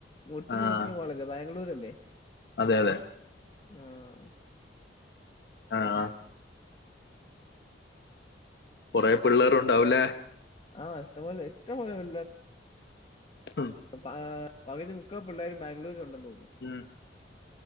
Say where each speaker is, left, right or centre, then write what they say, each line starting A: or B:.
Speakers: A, on the left; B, on the left.
A: മുട്ടിന്
B: ആഹ്
A: മുട്ടന് കോളേജ ബാംഗ്ലൂര്ല്ലേ
B: അതെ അതെ
A: ആഹ്
B: ആഹ് ആഹ് കൊറേ പിള്ളേര് ഉണ്ടാവുലേ
A: ആഹ് ഇഷ്ടം പോലെ ഇഷ്‌ടം പോലെ <unintelligible>
B: ഉം
A: അപ്പ പകുതി മുക്കാ പിള്ളേരും ബാംഗ്ലൂരു ഉണ്ടെന്ന് തോന്നുന്നു
B: ഉം